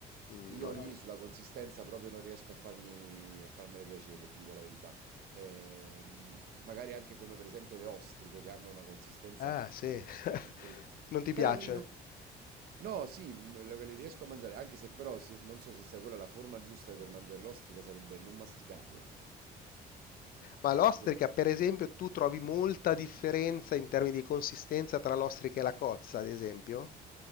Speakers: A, on the left; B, on the right.
A: mm,
B: Io
A: no.
B: lì sulla consistenza proprio non riesco a farmi, a farmene piacere, ti dico la verità. Ehm, magari anche come per esempio le ostriche che hanno una consistenza,
A: Ah, sì.
B: diciamo,
A: <laughs>
B: molto-
A: Non ti
B: però
A: piace?
B: lì non... No, sì, mh, le le riesco a mangiare, anche se però se- non so se sai quella la forma giusta per mangiare l'ostrica sarebbe non masticarla.
A: Ma l'ostrica,
B: Do-
A: per esempio, tu trovi molta differenza in termini di consistenza tra l'ostrica e la cozza, ad esempio?